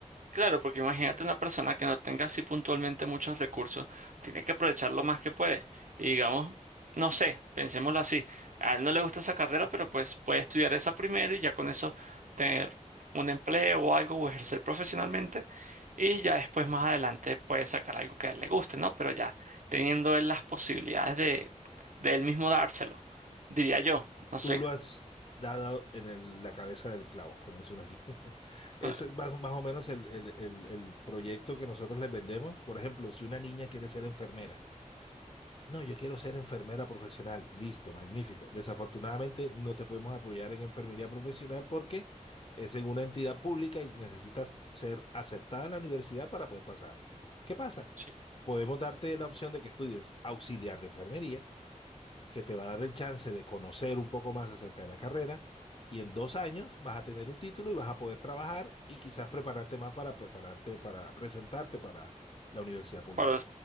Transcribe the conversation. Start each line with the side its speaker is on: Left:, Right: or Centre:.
Right: Claro, porque imagínate una persona que no tenga así puntualmente muchos recursos, tiene que aprovechar lo más que puede. Y digamos, no sé, pensémoslo así, a él no le gusta esa carrera, pero pues puede estudiar esa primero y ya con eso tener un empleo o algo o ejercer profesionalmente y ya después más adelante puede sacar algo que a él le guste, ¿no? Pero ya teniendo él las posibilidades de, de él mismo dárselo, diría yo, no sé.
Left: Tú lo has dado en el- la cabeza del clavo, como dice uno aquí. <laughs> Ese
Right: Ah,
Left: es más, más o menos el, el el- el proyecto que nosotros les vendemos. Por ejemplo, si una niña quiere ser enfermera. No, yo quiero ser enfermera profesional. Listo, magnífico. Desafortunadamente no te podemos apoyar en enfermería profesional porque es en una entidad pública y necesitas ser aceptada en la universidad para poder pasar. ¿Qué pasa?
Right: Sí.
Left: Podemos darte la opción de que estudies auxiliar de enfermería, que te va a dar el chance de conocer un poco más acerca de la carrera y en dos años vas a tener un título y vas a poder trabajar y quizás prepararte más para prepararte, para presentarte para la universidad pública.
Right: Para,